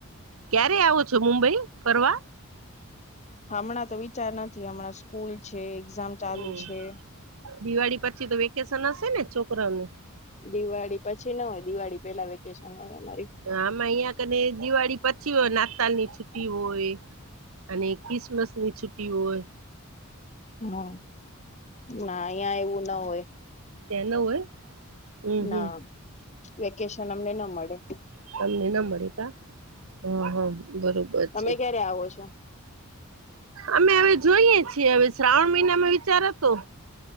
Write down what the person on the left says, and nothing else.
હમણાં તો વિચાર નથી હમણાં સ્કૂલ છે, એક્ઝામ ચાલુ
છે.
દિવાળી પછી ન હોય દિવાળી પહેલા વેકેશન હોય અમારી.
હ અ, ના અહિયાં એવું ન હોય.
ના
વેકેશન અમને ન મળે.
તમે
ક્યારે આવો છો?